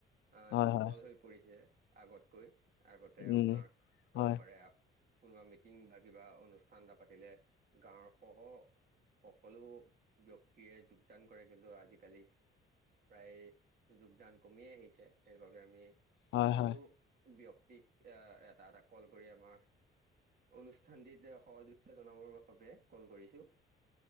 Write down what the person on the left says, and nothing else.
হয়
হয়
উম
হয়
হয়
হয়